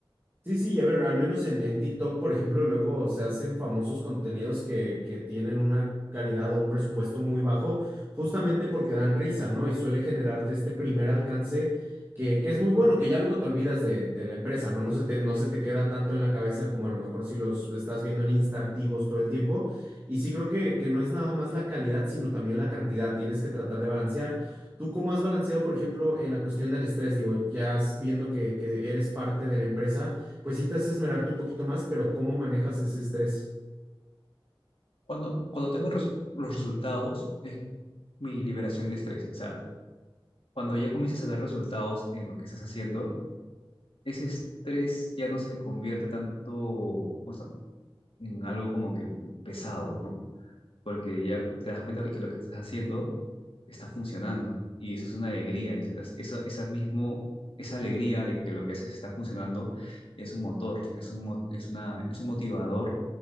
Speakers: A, on the right; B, on the left.
A: Sí, sí, y a ver, al menos en, en TikTok, por ejemplo, luego se hacen famosos contenidos que, que tienen una calidad o un presupuesto muy bajo, justamente porque dan risa, ¿no? Y suele generarte este primer alcance que, que es muy bueno, que ya luego te olvidas de, de la empresa, ¿no? No se te, no se te queda tanto en la cabeza como a lo mejor si los estás viendo en Insta activos todo el tiempo. Y sí creo que, que no es nada más la calidad, sino también la cantidad. Tienes que tratar de balancear. ¿Tú cómo has balanceado, por ejemplo, en la cuestión del estrés? Digo, ya viendo que que eres parte de la empresa pues sí te hace esmerarte un poquito más, pero ¿cómo manejas ese estrés?
B: Cuando, cuando tengo res- los resultados, es mi liberación de estrés. O sea, cuando ya comienzas a ver resultados en lo que estás haciendo, ese estrés ya no se convierte tanto, o sea, en algo como que pesado, ¿no? Porque ya te das cuenta que lo que estás haciendo está funcionando y eso es una alegría y esas- eso, esa mismo, esa alegría de que lo que haces está funcionando es un motor, es un, mo- es una, es un motivador